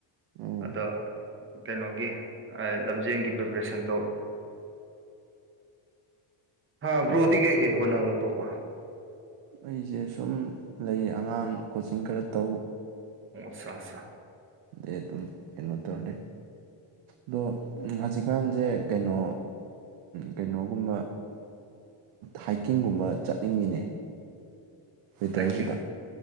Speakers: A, on the right; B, on the right.
A: ꯎꯝ
B: ꯑꯗꯣ ꯀꯩꯅꯣꯒꯤ ꯂꯝꯖꯦꯟꯒꯤ ꯄ꯭ꯔꯤꯄꯦꯔꯦꯁꯟ ꯇꯧꯋꯤ ꯍꯥꯥ
A: ꯎꯝ
B: ꯭ꯔꯣꯗꯤ ꯀꯩ ꯀꯩ ꯍꯅ ꯋꯥ ꯇꯣꯄꯥ
A: ꯑꯩꯁꯦ ꯁꯨꯝ ꯂꯩ ꯑꯉꯥꯡ ꯀꯣꯆꯤꯡ ꯈꯔ ꯇꯧ
B: ꯑꯣ ꯁꯥꯁ
A: ꯑꯗꯩ ꯑꯗꯨꯝ ꯀꯩꯅꯣ ꯇꯧꯔꯂꯦ ꯑꯗꯣ ꯍꯧꯖꯤꯛꯀꯥꯟꯁꯦ ꯀꯩꯅꯣ ꯀꯩꯅꯣꯒꯨꯝꯕ ꯍꯥꯏꯀꯤꯡꯒꯨꯝꯕ ꯆꯠꯅꯤꯡꯉꯤꯅꯦ ꯋꯤꯟꯇꯔꯁꯤꯗ
B: ꯍꯥꯏꯀꯤꯡ